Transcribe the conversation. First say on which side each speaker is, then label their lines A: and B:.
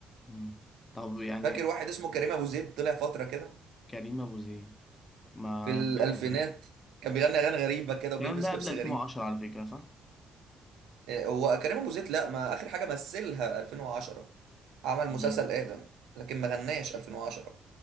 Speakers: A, on the left; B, on the right.
A: أمم. طب يعني
B: فاكر واحد اسمه كريم ابو زيد طلع فتره كده
A: كريم ابو زيد ما
B: في الالفينات
A: ما-
B: كان بيغني اغاني غريبه كده
A: الكلام
B: وبيلبس
A: ده قبل
B: لبس
A: 2010
B: غريب
A: على فكره صح؟
B: آه، هو كريم ابو زيد لا ما اخر حاجه مثلها 2010 عمل
A: مم.
B: مسلسل ادم لكن ما غناش 2010